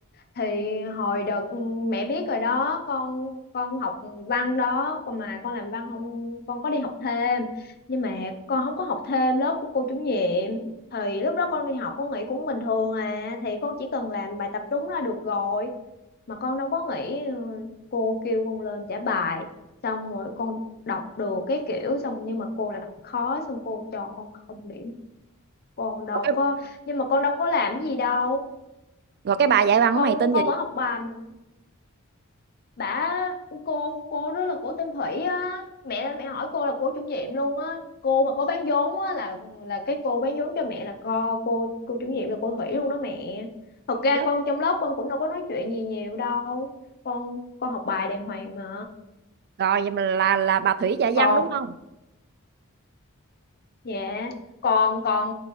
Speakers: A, on the left; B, on the right.
A: thì hồi đợt ừ, mẹ biết rồi đó con con học văn đó còn mà con làm văn không con có đi học thêm nhưng mà con không có học thêm lớp của cô chủ nhiệm thì lúc đó con đi học con nghĩ cũng bình thường à thì con chỉ cần làm bài tập đúng là được rồi mà con đâu có nghĩ ừ, cô kêu con lên trả bài xong rồi con đọc được cái kiểu xong nhưng mà cô làm khó xong cô cho con không điểm con đâu
B: Rồi cái
A: có nhưng mà con đâu có làm gì đâu
B: rồi cái bà dạy văn
A: con
B: của mày tên
A: con
B: gì
A: vẫn học bài mà bà cô cô đó là cổ tên Thủy á mẹ mẹ hỏi cô là cô chủ nhiệm luôn á cô mà có bán vốn á là là cái cô bán vốn cho mẹ là co cô cô chủ nhiệm là cô Thủy luôn đó mẹ thật ra
B: chết
A: con trong lớp con cũng đâu có nói chuyện gì nhiều đâu con con học bài đàng hoàng mà
B: rồi vậy mà là là bà Thủy dạy
A: còn
B: văn đúng không
A: Dạ, còn còn